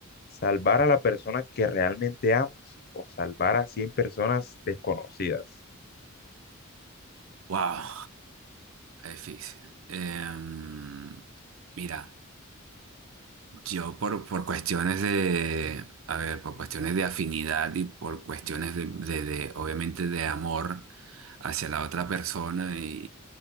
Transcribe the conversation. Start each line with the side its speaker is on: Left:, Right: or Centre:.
Left: ¿Salvar a la persona que realmente amas o salvar a 100 personas desconocidas?
Right: Wow. Difícil. Em, mira. Yo por, por cuestiones de, a ver, por cuestiones de afinidad y por cuestiones de, de- de, obviamente, de amor hacia la otra persona y,